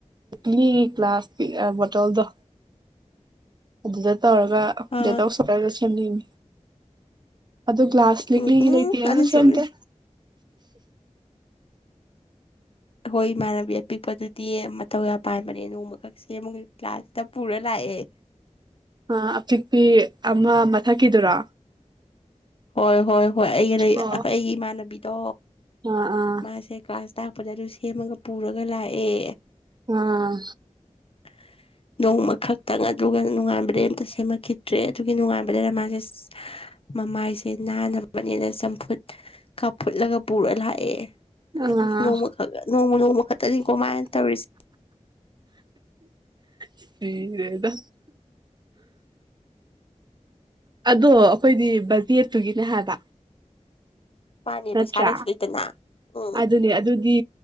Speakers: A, on the right; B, on the left.
A: ꯂꯤ <unintelligible> ꯕꯣꯇꯜꯗꯣ ꯑꯗꯨꯗ ꯇꯧꯔꯒ
B: ꯑꯥ
A: ꯗꯦꯠ ꯑꯣꯐ ꯁꯔꯄ꯭ꯔꯥꯏꯁꯗ ꯁꯦꯝꯅꯤꯡꯅꯤ ꯑꯗꯨ ꯒ꯭ꯂꯥꯁ ꯂꯤꯛꯂꯤꯒꯤ
B: ꯎꯝ ꯍꯨꯝ
A: ꯂꯩꯇꯦ ꯑꯗꯨ
B: ꯑꯗꯨꯁꯨ
A: ꯁꯦꯝꯗꯦ
B: ꯏꯁ ꯑꯩꯏ ꯏꯃꯥꯟꯅꯕꯤ ꯑꯄꯤꯛꯄꯗꯨꯗꯤ ꯃꯇꯧ ꯑ ꯄꯥꯟꯕꯅꯦ ꯅꯣꯡꯃꯈꯛꯁꯦ ꯑꯃꯨ ꯀ꯭ꯂꯥꯁꯇ ꯄꯨꯔ ꯂꯥꯛꯑ ꯑꯦ
A: ꯑ ꯑꯄꯤꯛꯄꯤ ꯑꯃ ꯃꯊꯛꯀꯤꯗꯨꯔꯥ
B: ꯍꯣꯏ ꯍꯣꯏ ꯍꯣꯏ ꯑꯩꯒꯤ
A: ꯑꯣ
B: ꯑꯩꯒꯤ ꯏꯃꯥꯟꯅꯕꯤꯗꯣ
A: ꯑꯥ
B: ꯃꯥꯁꯦ ꯀ꯭ꯂꯥꯁ ꯇꯥꯛꯄꯗ ꯑꯗꯨ ꯁꯦꯝꯃꯒ ꯄꯨꯔꯒ ꯂꯥꯛꯑꯦ
A: ꯑꯥ
B: <unintelligible> ꯅꯣꯡꯃ ꯈꯛꯇꯪ ꯑꯗꯨꯒ ꯅꯨꯡꯉꯥꯏꯕꯗꯩ ꯑꯝꯇ ꯁꯦꯝꯃꯛꯈꯤꯗ꯭ꯔꯦ ꯑꯗꯨꯒꯤ ꯅꯨꯡꯉꯥꯏꯥꯟꯕꯗꯩꯗ ꯃꯥꯁꯦ ꯃꯃꯥꯏꯁꯦ ꯅꯥꯕꯅꯤꯅ ꯆꯝꯐꯨꯠ ꯀꯥꯞꯐꯨꯠꯂꯒ ꯄꯨꯔ ꯂꯥꯛꯑꯦ
A: ꯑꯥ
B: ꯑꯗꯨꯁꯨ ꯅꯣꯡꯃꯈꯛ
A: ꯑ
B: ꯅꯣꯡꯃ ꯅꯣꯡꯃ ꯈꯛꯇꯅꯤ ꯀꯣꯃꯥꯏꯅ ꯇꯧꯔꯤꯁꯦ
A: ꯁꯤꯗꯗ ꯑꯗꯣ ꯑꯩꯈꯣꯏꯗꯤ ꯕꯖꯦꯠꯇꯨꯒꯤꯅꯦ ꯍꯥꯏꯕ
B: ꯃꯥꯅꯦ
A: ꯅꯠꯇ꯭ꯔꯥ
B: ꯄꯩꯁꯥ ꯂꯩꯁꯨ ꯂꯩꯇꯅ ꯎꯝ
A: ꯑꯗꯨꯅꯦ ꯑꯗꯨꯗꯤ